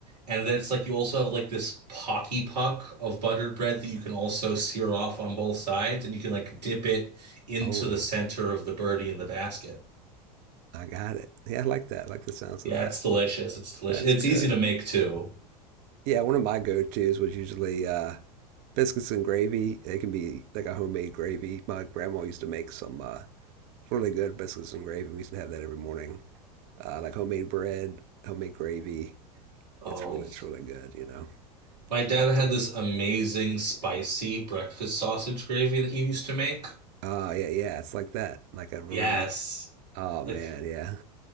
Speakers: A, on the right; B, on the right.
A: And then it's like you also have like this pocky puck of buttered bread that you can also sear off on both sides and you can like dip it into
B: Oh,
A: the center of the birdie in the basket.
B: I got it. Yeah, I like that. I like the sounds
A: Yeah,
B: of that.
A: it's delicious. It's delicious.
B: That's
A: It's
B: good.
A: easy to make too.
B: Yeah, one of my go-tos was usually uh, biscuits and gravy. They can be like a homemade gravy. My grandma used to make some uh, really good biscuits and gravy. We used to have that every morning. uh, like homemade bread, homemade gravy.
A: Um,
B: It's really it's really good, you know.
A: my dad
B: But
A: had
B: uh,
A: this amazing spicy breakfast sausage gravy that he used to make.
B: oh yeah, yeah, it's like that. Like a really
A: Yes.
B: oh man,
A: Like,
B: yeah.